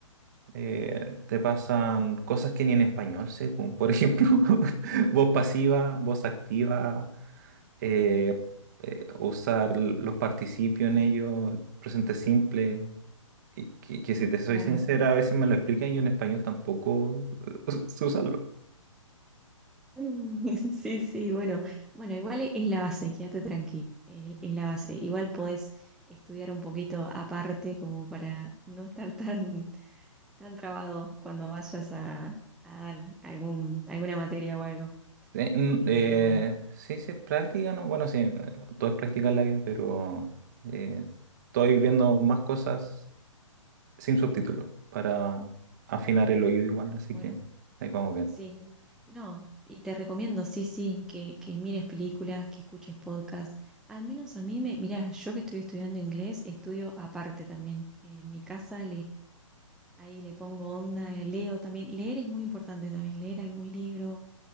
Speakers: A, on the right; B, in the centre.
A: eh, te pasan cosas que ni en español sé. po. Por ejemplo, <laughs> voz pasiva, voz activa, eh, eh, usar l- los participios en ello, el presente simple. y Que, que si te soy
B: claro.
A: sincera, a veces me lo explican y yo en español tampoco eh, <laughs> sé usarlo.
B: Mm, <laughs> Sí, sí, bueno, bueno, igual e- es la base, quédate tranqui, es, es la base. Igual podés estudiar un poquito aparte como para no estar tan, tan trabado cuando vayas a, a dar algún, alguna materia o algo.
A: Eh, mm,
B: Eh,
A: eh,
B: pero bueno,
A: sí, sí, es práctica, ¿no? Bueno, sí, eh, todo es práctica en la vida, pero eh, estoy viendo más cosas sin subtítulos para afinar el oído igual,
B: Ah.
A: así
B: bueno,
A: que ahí vamos bien.
B: sí, no, y te recomiendo, sí, sí, que, que mires películas, que escuches podcasts. Al menos a mí me, mirá, yo que estoy estudiando inglés, estudio aparte también. En mi casa Ahí le pongo onda, eh, leo también. Leer es muy importante también, leer algún libro.